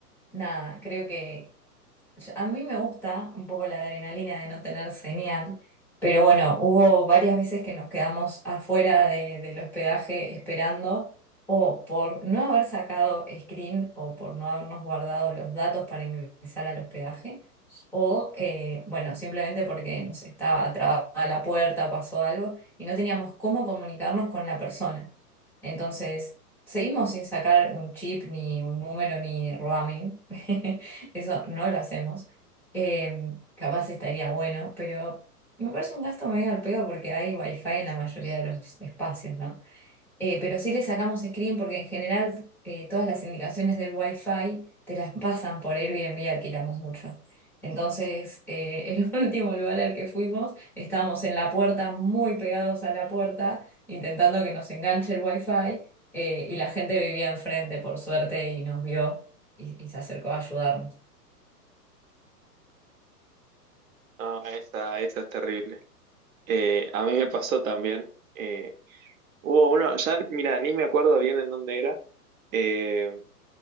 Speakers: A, in the centre; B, on the right (about 55°).
A: nada, creo que yo- A mí me gusta un poco la adrenalina de no tener señal, pero bueno, hubo varias veces que nos quedamos afuera de- del hospedaje esperando o por no haber sacado screen o por no habernos guardado los datos para ingresar al hospedaje o eh, bueno, simplemente porque nos estaba trabada la puerta, pasó algo y no teníamos cómo comunicarnos con la persona. Entonces, seguimos sin sacar un chip ni un número ni roaming. <laughs> Eso no lo hacemos. Eh, capaz estaría bueno, pero me parece un gasto medio al pedo porque hay wifi en la mayoría de los espacios, ¿no? Eh, pero sí le sacamos screen porque en general eh, todas las indicaciones del wifi te las pasan por Airbnb, alquilamos mucho. Entonces, eh, <laughs> el último lugar al que fuimos, estábamos en la puerta, muy pegados a la puerta, intentando que nos enganche el wifi, eh, y la gente vivía enfrente, por suerte, y nos vio y y se acercó a ayudarnos.
B: No, esa, esa es terrible. Eh, a mí me pasó también. eh, hubo uno, ya, mira, ni me acuerdo bien en dónde era, eh,